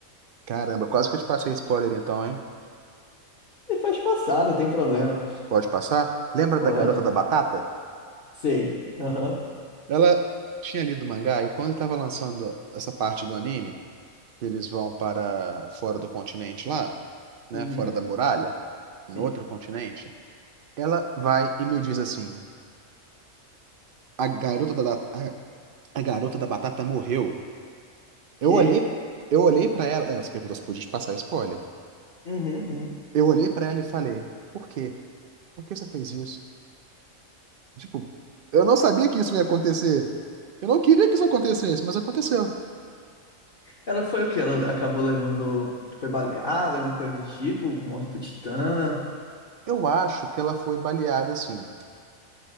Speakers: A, on the right (about 60°); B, on the left (about 45°).
A: caramba, quase que eu te passei spoiler então, hein?
B: E faz passar, não tem problema.
A: Pode passar? Lembra
B: Pode,
A: da garota da
B: né?
A: batata?
B: Sei. Aham.
A: Ela tinha lido o mangá e quando estava lançando essa parte do anime, que eles vão para fora do continente lá, né?
B: Uhum,
A: Fora da muralha,
B: sim.
A: em outro continente, ela vai e me diz assim: a garota da, a a garota da batata morreu. Eu
B: Quê?
A: olhei, eu olhei para ela. É, você perguntou se podia te passar spoiler.
B: Uhum, uhum.
A: Eu olhei pra ela e falei: Por quê? Por que você fez isso? Tipo, eu não sabia que isso ia acontecer. Eu não queria que isso acontecesse, mas aconteceu.
B: Ela foi o quê? Ela acabou levando. Foi baleada, alguma coisa do tipo? Morte pro Titã.
A: Eu acho que ela foi baleada assim.